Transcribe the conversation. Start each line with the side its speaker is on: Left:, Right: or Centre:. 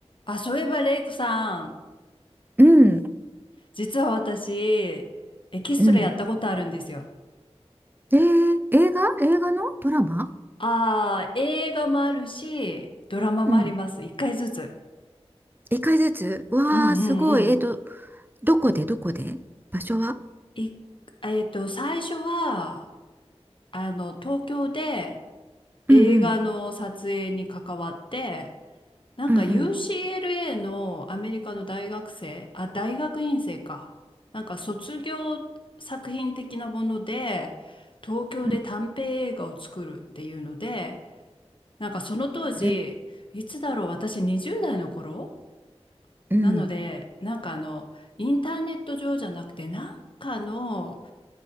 Left: あ、そういえば、レイコさん、
Right: うん、
Left: 実は私、エキストラやったことあるんですよ。
Right: うん。えー、映画映画のドラマ
Left: ああ、映画もあるし、ドラマもあります。
Right: うん。
Left: 一回ずつ。
Right: 一回ずつわあ、
Left: うんうんうん。
Right: すごい。えっと、どこでどこで場所は
Left: い、えっと、最初は、あの、東京で映画の撮影に関わって、
Right: うんうん。
Left: なんか
Right: うんうん。
Left: UCLA のアメリカの大学生、あ、大学院生か。なんか卒業作品的なもので、東京で短編映画を作るっていうので、
Right: うん
Left: なんかその当時、
Right: え
Left: いつだろう、私20代の頃
Right: うん。
Left: なので、なんかあの、インターネット上じゃなくて、なんかの